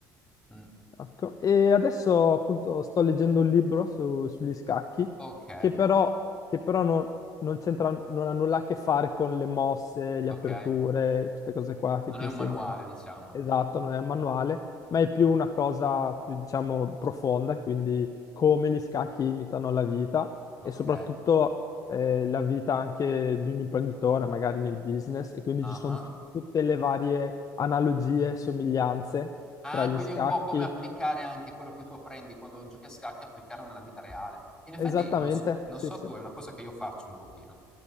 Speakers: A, in the centre; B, on the left (about 35°).
A: Mm.
B: Ecco, E adesso appunto sto leggendo un libro su- sugli scacchi
A: Ok,
B: che però, che però non, non c'entra, non ha nulla a che fare con le mosse, le
A: ok,
B: aperture, queste cose qua che
A: non
B: ti
A: è
B: insegnano.
A: un manuale, diciamo.
B: Esatto, non è un manuale, ma è più una cosa più diciamo profonda, quindi come gli scacchi imitano la vita
A: Ok,
B: e soprattutto eh, la vita anche di un imprenditore, magari nel business, e quindi ci
A: ah
B: sono
A: ah.
B: tut- tutte le varie analogie, somiglianze
A: Ah,
B: tra gli
A: quindi
B: scacchi
A: è un po' come applicare anche quello che tu apprendi quando giochi a scacchi, applicarlo nella vita reale. In effetti,
B: Esattamente,
A: non, s- non
B: sì,
A: so
B: sì.
A: tu, è una cosa che io faccio un pochino.